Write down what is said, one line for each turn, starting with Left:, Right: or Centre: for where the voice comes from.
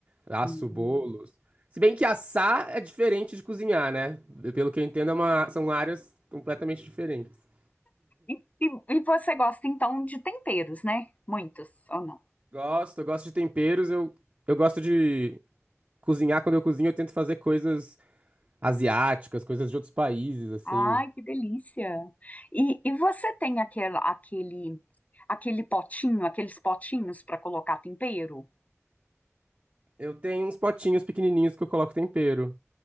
Right: asso
Left: Hum.
Right: bolos. Se bem que assar é diferente de cozinhar, né? Pelo que eu entendo, é uma- são áreas completamente diferentes.
Left: E, e, e você gosta então de temperos, né? Muitos ou não?
Right: Gosto, eu gosto de temperos, eu, eu gosto de cozinhar. Quando eu cozinho, eu tento fazer coisas asiáticas, coisas de outros países, assim.
Left: Ai, que delícia! E, e você tem aquela, aquele, aquele potinho, aqueles potinhos para colocar tempero?
Right: Eu tenho uns potinhos pequenininhos que eu coloco tempero.